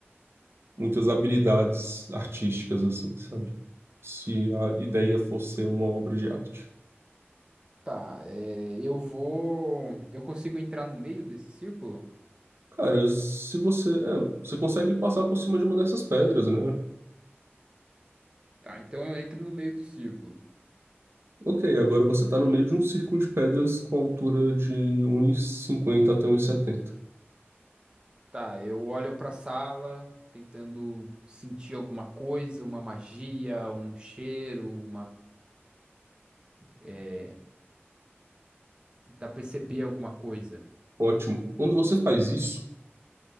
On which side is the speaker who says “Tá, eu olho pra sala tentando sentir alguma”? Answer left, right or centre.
Right